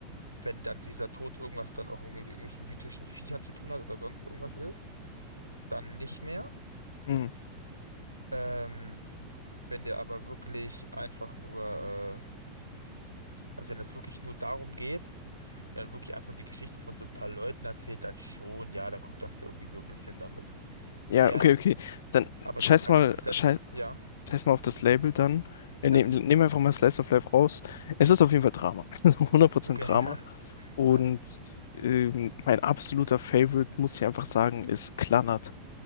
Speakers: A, on the right (about 85°); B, on the left (about 60°).
A: wenn dann dieser Tod irgendwas dann auch irgendwie mit irgendwelchen mythischen Viechern zu tun hat oder sonst irgendwas ist, dann nicht mehr.
B: Hm.
A: Ähm, wenn der aber wirklich einfach nur, äh, also wenn das wirklich nur darum geht und dann wirklich einfach nur die Geschichte von so ein paar Leuten erzählt, dann schon, ja, dann kommt das da irgendwie so ein bisschen damit
B: Ja,
A: her.
B: okay, okay. Dann
A: Aber es
B: scheiß
A: gibt halt
B: mal,
A: Slice
B: scheiß,
A: of, ja,
B: scheiß mal auf das Label dann. Äh,
A: ja,
B: nehm, nehm einfach mal Slice of Life raus. Es ist auf jeden Fall Drama. <laughs> hundert Prozent
A: okay,
B: Drama.
A: <laughs> ja,
B: Und
A: ja,
B: ähm, mein absoluter Favorite, muss ich einfach sagen, ist Clannad.